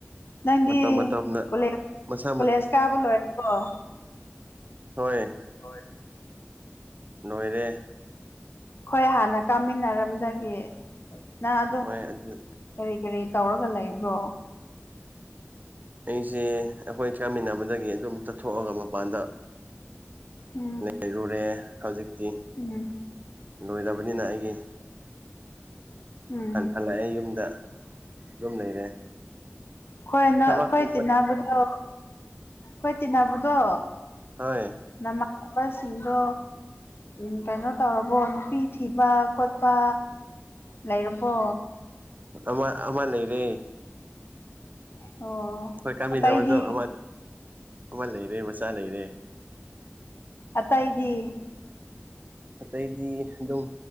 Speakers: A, on the left; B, on the right.
A: ꯅꯪꯗꯤ
B: ꯃꯇꯝ ꯃꯇꯝꯅ
A: ꯀꯣꯂꯦꯖ
B: ꯃꯁꯥ
A: ꯀꯣꯂꯦꯖ ꯀꯥꯕ ꯂꯣꯏꯔꯕꫭ
B: ꯍꯣꯏ
A: ꯍꯣꯏ
B: ꯅꯣꯏꯔꯦ
A: ꯍꯣꯏ ꯍꯥꯟꯅ ꯀꯥꯃꯤꯟꯅꯔꯝꯗꯒꯤ ꯅꯪ ꯑꯗꯨ
B: ꯍꯣꯏ <inaudible>
A: ꯀꯔꯤ ꯀꯔꯤ ꯇꯧꯔꯒ ꯂꯩꯕ꯭ꯔꯣ
B: ꯑꯩꯁꯦ ꯑꯩꯈꯣꯏ ꯆꯥꯃꯤꯟꯅꯕꯗꯒꯤ ꯑꯗꯨꯝ ꯆꯠꯊꯣꯛꯑꯒ ꯃꯄꯥꯟꯗ
A: ꯎꯝ
B: ꯂꯩꯔꯨꯔꯦ ꯍꯧꯖꯤꯛꯇꯤ
A: ꯎꯝ
B: ꯂꯣꯏꯔꯕꯅꯤꯅ ꯑꯩꯒꯤ
A: ꯎꯝ
B: ꯍꯟ ꯍꯜꯂꯥꯛꯑꯦ ꯌꯨꯝꯗ ꯑꯗꯨꯝ ꯂꯩꯔꯦ
A: ꯈꯣꯏ ꯅ
B: ꯊꯕꯛꯀꯨꯝꯕ
A: ꯑꯩꯈꯣꯏ ꯇꯤꯟꯅꯕꯗꯣ ꯈꫭꯏ ꯇꯤꯟꯅꯕꯗꯣ
B: ꯍꯣꯏ
A: ꯅꯃꯥꯟꯅꯕꯁꯤꯡꯗꯣ ꯎ ꯀꯩꯅꯣ ꯇꯧꯔꯕꯣ ꯅꯨꯄꯤ ꯊꯤꯕ ꯈꯣꯠꯄ ꯂꯩꯔꯕꯣ
B: ꯑꯃ ꯑꯃ ꯂꯩꯔꯦ
A: ꯑꯣ
B: ꯍꯈꯣꯏ ꯀꯥꯃꯤꯟꯅꯕꯗꯣ
A: ꯑꯇꯩꯗꯤ
B: ꯑꯃ ꯑꯃ ꯂꯩꯔꯦ ꯃꯆꯥ ꯂꯩꯔꯦ
A: ꯑꯇꯩꯗꯤ
B: ꯑꯇꯩꯗꯤ ꯑꯗꯨꯝ